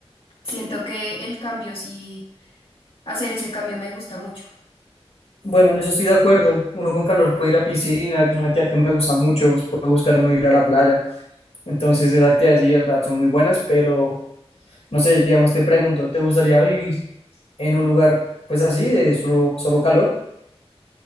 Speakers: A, on the left; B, on the left.
A: siento que el cambio sí hacer ese cambio me gusta mucho.
B: Bueno, en eso estoy de acuerdo. Uno con calor puede ir a piscina, que es una actividad que me gusta mucho, pues, puede buscar uno ir a la playa. Entonces esas actividades sí, de verdad, son muy buenas, pero no sé, digamos, te pregunto, ¿te gustaría vivir en un lugar pues así, de solo, solo calor?